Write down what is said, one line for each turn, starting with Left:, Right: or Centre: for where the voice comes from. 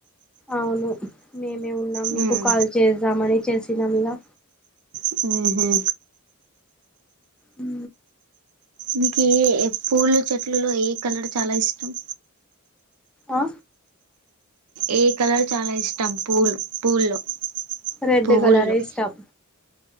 Centre: అవును మేమే ఉన్నాం
Right: హ్మ్
Centre: మీకు కాల్ చేద్దామని చేసినాం గా
Right: ఉహు
Centre: ఉ
Right: మీకు ఏ ఏ పూలు చెట్లు లో ఏ కలర్ చానా ఇష్టం
Centre: ఆ
Right: ఏ కలర్ చాలా ఇష్టం పూలు పూల్లో
Centre: రెడ్
Right: పువ్వుల్లో
Centre: కలర్ ఇష్టం